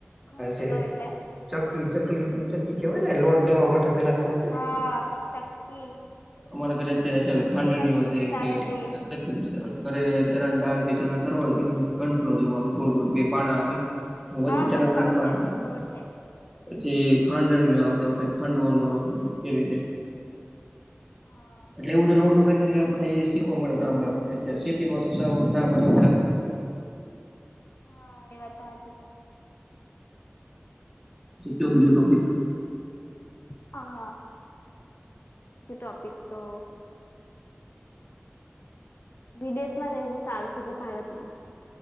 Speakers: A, on the left; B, in the centre.
A: ઘંટલો
B: જે
A: એટલે
B: ચક્કી ચકલી હું ચક્કી કેવાય ને લોટ દરવા માટે પેલા એવું હતું.
A: હા ચક્કી
B: અમારા ઘરે અત્યારે <unintelligible> ખાંડણીઓ
A: ચક્કી
B: છે
A: પીસાવે
B: કે
A: તે
B: <unintelligible> અરે ચણાની ડાળ કે ચરણ કરવો હોય <unintelligible> ઘંટલો જો ગોળ ગોળ બે પાણા આવે <unintelligible>
A: હા મને ખબર છે ખબર છે
B: પછી ખાંડણીય આવે તેમાં કઈક ખાંડવાનું આવે બધું એ રીતે.
A: હા
B: એટલે એવું <unintelligible> <unintelligible> ગામડામાંથી અત્યારે સિટીમાં તો <unintelligible> ના મળે
A: હા એ વાત તો હાચી છે.
B: <unintelligible> બીજો ટોપિક
A: હા હા જો ટોપિક તો વિદેશમાં રહેવું સારું છે કે ભારતમાં?